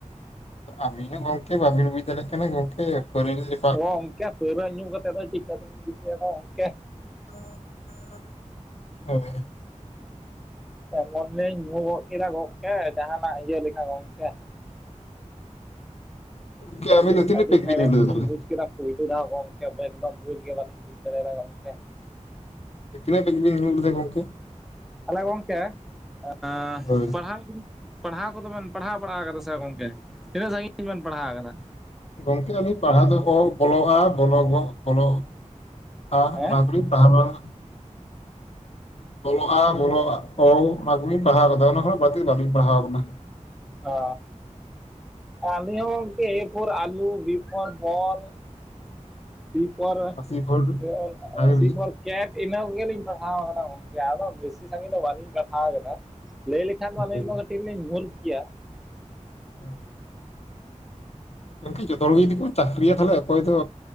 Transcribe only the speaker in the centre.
ᱦᱚᱸ ᱜᱚᱝᱠᱮ ᱯᱟᱹᱣᱨᱟᱹ ᱧᱩ ᱠᱟᱛᱮᱫ ᱫᱚ ᱪᱤᱠᱟᱹ ᱛᱮᱞᱤᱧ ᱫᱤᱥᱟᱹᱭᱟ ᱟᱫᱚ ᱜᱚᱝᱠᱮ?
ᱮᱢᱚᱱ ᱞᱤᱧ ᱧᱩ ᱜᱚᱫ ᱠᱮᱫᱟ ᱜᱚᱢᱠᱮ ᱡᱟᱦᱟᱸᱱᱟᱜ ᱤᱭᱟᱹ ᱞᱮᱠᱟ ᱜᱚᱢᱠᱮ ᱾
ᱟᱹᱰᱤ ᱦᱮᱲᱮᱢ
ᱜᱮᱞᱤᱧ
ᱵᱩᱡ ᱠᱮᱫᱟ ᱯᱩᱭᱭᱞᱩ ᱫᱷᱟᱣ ᱜᱚᱢᱠᱮ ᱮᱠᱫᱚᱢ ᱵᱩᱡ ᱜᱮ ᱵᱟᱹᱞᱤᱧ ᱵᱩᱡ ᱫᱟᱲᱮᱭᱟᱫᱟ ᱜᱚᱝᱠᱮ ᱾
ᱛᱟᱦᱞᱮ ᱜᱚᱝᱠᱮ ᱟᱸᱻ
ᱯᱟᱲᱦᱟᱣ ᱠᱚᱫᱚ ᱯᱟᱲᱦᱟᱣ ᱠᱚᱫᱚ ᱵᱮᱱ ᱯᱟᱲᱦᱟᱣ ᱵᱟᱲᱟ ᱠᱟᱫᱟ ᱥᱮ ᱜᱚᱝᱠᱮ ᱛᱤᱱᱟᱹᱜ ᱥᱟᱺᱜᱤᱧ ᱵᱮᱱ ᱯᱟᱲᱦᱟᱣ ᱟᱠᱟᱱᱟ?
ᱦᱮᱸ
ᱚ ᱟᱹᱞᱤᱧ ᱦᱚᱸ ᱜᱚᱝᱠᱮ ᱮ ᱯᱷᱳᱨ ᱟᱞᱩ B four ball C for <unintelligible>
ᱥᱤ ᱯᱚᱨ ᱠᱮᱴ ᱤᱱᱟᱹ ᱠᱚᱜᱮᱞᱤᱧ ᱯᱟᱲᱦᱟᱣ ᱟᱠᱟᱫᱟ ᱜᱚᱝᱠᱮ ᱟᱫᱚ ᱵᱮᱥᱤ ᱥᱟᱺᱜᱤᱧ ᱫᱚ ᱵᱟᱹᱞᱤᱧ ᱯᱟᱲᱦᱟᱣ ᱟᱠᱟᱫᱟ ᱾ ᱞᱟᱹᱭ ᱞᱮᱠᱷᱟᱱ ᱫᱚ
ᱟᱹᱞᱤᱧ ᱫᱚ ᱠᱟᱹᱴᱤᱡ ᱞᱤᱧ ᱢᱩᱨᱠᱷ ᱜᱮᱭᱟ ᱾